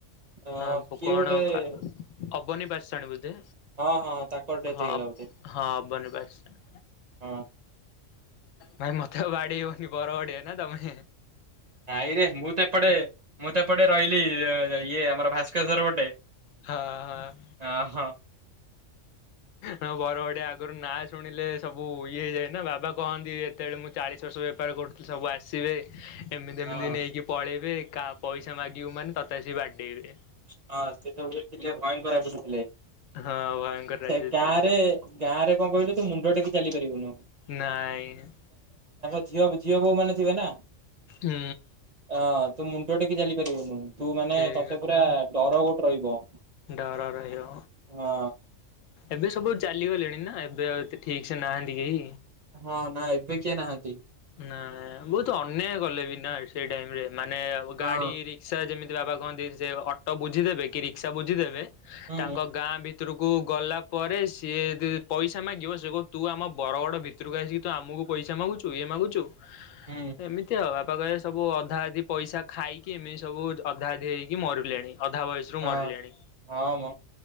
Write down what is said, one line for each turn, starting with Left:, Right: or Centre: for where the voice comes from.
Right: ଅ
Left: ଆଁ
Right: କିଏ
Left: କଣ
Right: ଗୋଟେ
Left: ଅବନି ପାତଶାଣୀ ବୋଧେ।
Right: ହଁ ହଁ ତାଙ୍କର ଡେଥ୍
Left: ହଁ
Right: ହେଇଗଲା ବୋଧେ
Left: ହଁ ଅବନି ପାତଶାଣି।
Right: ହଁ।
Left: ଭାଇ ମତେ ଆଉ ବାଡେଇବନି ବରବଡିଆ ନା ତମେ।
Right: ନାଇରେ ମୁଁ ତ ଏପଟେ ମୁଁ ତ ଏପଟେ ରହିଲି ଇଏ ଆମର ଭାସ୍କେଶ୍ଵର ପଟେ।
Left: ହଁ
Right: ହଁ। ହଁ
Left: ହଁ ବର ଆଗରୁ ନାଁ ଶୁଣିଲେ ସବୁ ଇଏ ହେଇଯାଏ ନା ବାବା କହନ୍ତି ଏତେବେଳେ ମୁଁ ଚାଳିଶ ବର୍ଷ ବେପାର କରୁଥିଲି ସବୁ ଆସିବେ ଏମିତି ଏମିତି
Right: ହଁ
Left: ନେଇକି ପଳେଇବେ। କାଆ ପଇସା ମାଗିବୁ ମାନେ ତତେ ସି ବାଡ଼େଇବେ।
Right: <unintelligible>
Left: ହଁ ଭୟଙ୍କର ରାଜ୍ୟ
Right: ସେ ଗାଁ
Left: ଚାଲିଥିଲା
Right: ରେ ଗାଁ ରେ କଣ କହିଲୁ ତୁ ମୁଣ୍ଡ ଟେକି ଚାଲିପାରିବୁନୁ।
Left: ନାଇଁ।
Right: ଝିଅ ଝିଅ ବୋହୁ ମାନେ ଥିବେ ନା।
Left: ହୁଁ।
Right: ହଁ ତୁ ମୁଣ୍ଡ ଟେକି ଚାଲିପାରିବୁନୁ ତୁ ମାନେ
Left: ସେଇ
Right: ତତେ
Left: କଥା
Right: ପୁରା ଡର ଗୋଟେ ରହିବ।
Left: ଡର ରହିିବ
Right: ହଁ
Left: ଏବେ ସବୁ ଚାଲିଗଲେଣି ନା ଏବେ ଆଉ ଏତେ ଠିକ୍ ସେ ନାହାନ୍ତି କେହି।
Right: ହଁ ନାଁ ଏବେ କିଏ ନାହାନ୍ତି।
Left: ନା ବହୁତ ଅନ୍ୟାୟ କଲେ ବି ନା ସେଇ ଟାଇମ୍ ରେ ମାନେ ଗାଡି
Right: ହଁ
Left: ରିକ୍ସା ଯେମିତି। ବାବା କହନ୍ତି ସେ ଅଟୋ ବୁଝିଦେବେ କି ରିକ୍ସା ବୁଝିଦେବେ
Right: ହୁଁ
Left: ତାଙ୍କ ଗାଁ ଭି ଭିତରକୁ ଗଲା ପରେ ସିଏ ଯଦି ପଇସା ମାଗିବ ସେ କ ତୁ ଆମ ବରଗଡ଼ ଭିତରକୁ ଆସିକି ତୁ ଆମକୁ କୁ ପଇସା ମାଗୁଛୁ ଇଏ ମାଗୁଛୁ
Right: ହୁଁ
Left: ଏମିତି ଆଉ ମ ପାଖରେ ସବୁ ଅଧା ଅଧି ପଇସା ଖାଇକି ଏମିତି ସବୁ ଅଧା ଅଧି ହେଇକି ମରୁଡିଲେଣି। ଅଧା ବୟସରୁ
Right: ହଁ।
Left: ମରିଲେଣି
Right: ହଁ ମ